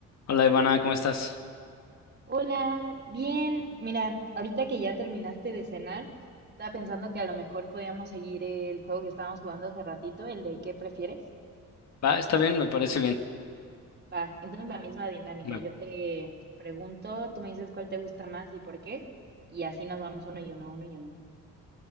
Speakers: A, on the left; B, on the right.
A: Hola Ivana, ¿cómo estás?
B: Hola, bien. Mira, ahorita que ya terminaste de cenar, estaba pensando que a lo mejor podíamos seguir el juego que estábamos jugando hace ratito, el de ¿qué prefieres?
A: Va, está bien, me parece bien.
B: Va, entonces la misma dinámica.
A: Me-
B: Yo te pregunto, tú me dices cuál te gusta más y por qué, y así nos vamos uno y uno, uno y uno.